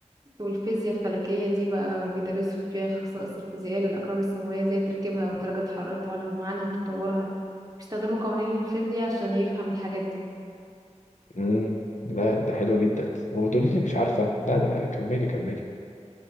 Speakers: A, on the right; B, on the left.
A: والفيزياء الفلكية دي بقى بيدرسوا فيها الخصائص الفيزيائية للأجرام السماوية زي تركيبها ودرجة حرارتها ولمعانها وتطورها بيستخدموا قوانين الفيزياء عشان يفهم الحاجات دي
B: امم لا ده حلو جدا وتقولي لي مش عارفة لا ده كملي كملي